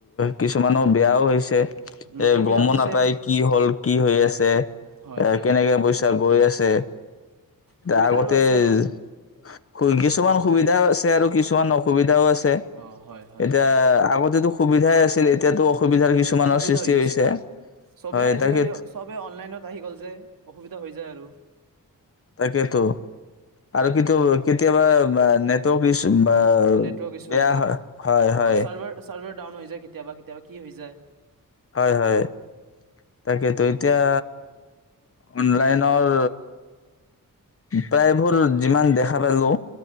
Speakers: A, on the left; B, on the right.
A: কিছুমানৰ বেয়াও হৈছে।
B: উম
A: এ,
B: সুবিধাও
A: গমো
B: দিছে
A: নাপাই কি হ'ল কি হৈ আছে।
B: হয়
A: এ,
B: হয়
A: কেনেকে পইচা গৈ আছে।
B: সুবিধাৰো
A: দা আগতে
B: আছে আৰু
A: <unintelligible> কিছুমান সুবিধাও আছে আৰু কিছুমান অসুবিধাও আছ ছে
B: অ হয় হয়
A: এতিয়া আগতেতো সুবিধাই আছিল, এতিয়াতো অসুবিধাৰ কিছুমানৰ
B: অসুবিধা
A: সৃষ্টি
B: হৈ গৈছে,
A: হৈছে
B: চবে
A: হয়
B: আজিকালি
A: তাকে
B: চবে অনলাইনত আহি গ'ল যে, অসুবিধা হৈ যায় আৰু।
A: তাকেইেতো আৰু কিন্তু কেতিয়াবা অ, নেটৱৰ্ক ইছ ব,
B: নেটৱৰ্ক ইছ্যু
A: বেয়া
B: হৈ যায়
A: হয়, হয়
B: অ
A: হয়।
B: চাৰ্ভাৰ চাৰ্ভাৰ ডাউন হৈ যায়, কেতিয়াবা কেতিয়াবা কি হৈ যায়।
A: হয় হয় তাকেতো, এতিয়া অনলাইনৰ প্ৰায়বোৰ যিমান দেখা পালো